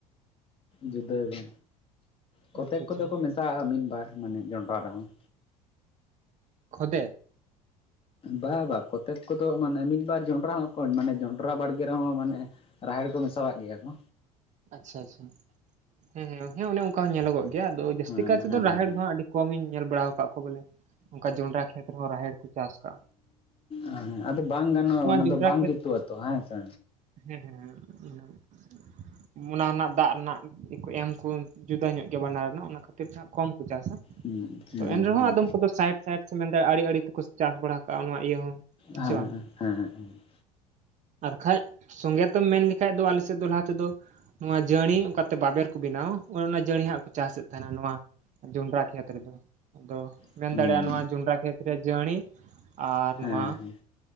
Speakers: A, on the left; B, on the right.
A: ᱡᱩᱫᱟᱹ ᱜᱮ, ᱠᱚᱛᱮᱠ
B: ᱟᱪᱪᱷᱟ
A: ᱠᱚᱫᱚ
B: ᱟᱪᱪᱷᱟ
A: ᱠᱚ ᱢᱮᱥᱟᱣᱟᱜᱼᱟ ᱢᱤᱫ ᱵᱟᱨ ᱢᱟᱱᱮ ᱡᱚᱸᱱᱰᱨᱟ ᱨᱮᱦᱚᱸ᱾
B: ᱠᱷᱚᱫᱮ?
A: ᱵᱟ ᱵᱟ ᱠᱚᱛᱮᱠ ᱠᱚᱫᱚ ᱢᱟᱱᱮ ᱢᱤᱫ ᱵᱟᱨ ᱡᱚᱸᱱᱰᱨᱟ ᱦᱚᱸ ᱠᱚ ᱢᱟᱱᱮ ᱡᱚᱸᱰᱨᱟ ᱵᱟᱲᱜᱮ ᱨᱮᱦᱚᱸ ᱢᱟᱱᱮ ᱨᱟᱦᱮᱲ ᱠᱚ ᱢᱮᱥᱟᱣᱟᱜ ᱜᱮᱭᱟ ᱠᱚ᱾
B: ᱟᱪᱷᱟ ᱟᱪᱷᱟ, ᱦᱮᱸ ᱦᱮᱸ, ᱦᱮᱸ ᱚᱱᱮ ᱚᱱ ᱠᱟ ᱧᱮᱞᱚᱜᱚᱜ ᱜᱮᱭᱟ ᱟᱫᱚ ᱡᱟᱹᱥᱛᱤ
A: ᱦᱮᱸ
B: ᱠᱟᱭ ᱛᱮᱫᱚ
A: ᱦᱮᱸ
B: ᱨᱟᱦᱮᱲ ᱫᱚ ᱦᱟᱸᱜ ᱟᱹᱰᱤ ᱠᱚᱢ ᱤᱧ ᱧᱮᱞ ᱵᱟᱲᱟᱣ ᱟᱠᱟᱫ ᱠᱚ ᱵᱚᱞᱮ ᱚᱱᱠᱟ ᱡᱚᱸᱱᱰᱨᱟ ᱠᱷᱮᱛ ᱨᱮᱦᱚᱸ ᱨᱟᱦᱮᱲ ᱠᱚ ᱪᱟᱥ ᱠᱟᱜ-ᱟ᱾
A: ᱦᱮᱸ ᱟᱫᱚ ᱵᱟᱝ ᱜᱟᱱᱚᱜᱼᱟ ᱚᱱᱟ
B: ᱡᱚᱱᱰᱨᱟ
A: ᱫᱚ ᱵᱟᱝ
B: ᱠᱷᱮᱛ
A: ᱡᱩᱛᱩᱜ-ᱟ ᱛᱚ ᱦᱮᱸ ᱥᱮ᱾
B: ᱦᱮᱸ ᱦᱮᱸ ᱚᱱᱮ ᱚᱱᱟ ᱨᱮᱱᱟᱜ ᱫᱟᱜ ᱨᱮᱱᱟᱜ ᱠᱚ ᱮᱢ ᱠᱩ ᱡᱩᱫᱟᱹ ᱧᱚᱜ ᱜᱮᱭᱟ ᱵᱟᱱᱟᱨ ᱨᱮᱱᱟᱜ ᱚᱱᱟ ᱠᱷᱟᱹᱛᱤᱨ ᱛᱮ ᱦᱟᱸᱜ ᱠᱚᱢ ᱠᱚ ᱪᱟᱥᱟ,
A: ᱦᱩᱸ
B: ᱟᱫᱚ
A: ᱦᱩᱸ
B: ᱮᱱ ᱨᱮᱦᱚᱸ
A: ᱦᱩᱸ
B: ᱟᱫᱚ ᱩᱱᱠᱩᱫᱚ ᱥᱟᱭᱤᱰ ᱥᱟᱭᱤᱰ ᱥᱮ ᱢᱮᱱᱫᱚ ᱟᱲᱤ ᱟᱲᱤ ᱛᱮᱠᱚ ᱪᱟᱥ ᱵᱟᱲᱟ ᱟᱠᱟᱜᱼᱟ ᱱᱚᱣᱟ ᱤᱭᱟᱹ ᱦᱚᱸ
A: ᱦᱮᱸ
B: ᱥᱮ ᱵᱟᱝ
A: ᱦᱮᱸ᱾
B: ᱟᱨ ᱠᱟᱷᱡ ᱥᱚᱝᱜᱮ ᱛᱮᱢ ᱢᱮᱱ ᱞᱮᱠᱷᱟᱡ ᱫᱚ ᱟᱞᱮ ᱥᱮᱫ ᱫᱚ ᱞᱟᱦᱟ ᱛᱮᱫᱚ ᱱᱚᱣᱟ ᱡᱟᱺᱲᱤ ᱚᱱᱠᱟ ᱛᱮ ᱵᱟᱵᱮᱨ ᱠᱚ ᱵᱮᱱᱟᱣᱟ ᱚᱱᱮ ᱚᱱᱟ ᱡᱟᱺᱲᱤ ᱦᱟᱸᱜ ᱠᱚ ᱪᱟᱥᱮᱫ ᱛᱟᱦᱮᱱᱟ ᱱᱚᱣᱟ ᱡᱚᱸᱱᱰᱨᱟ ᱠᱷᱮᱛ ᱨᱮᱫᱚ, ᱟᱫᱚ
A: ᱦᱩᱸ
B: ᱢᱮᱱ ᱫᱟᱲᱮᱭᱟᱜᱼᱟ ᱱᱚᱣᱟ ᱡᱚᱸᱱᱰᱨᱟ ᱠᱷᱮᱛ ᱨᱮ ᱡᱟᱺᱲᱤ ᱟᱨ
A: ᱦᱮᱸ
B: ᱱᱚᱣᱟ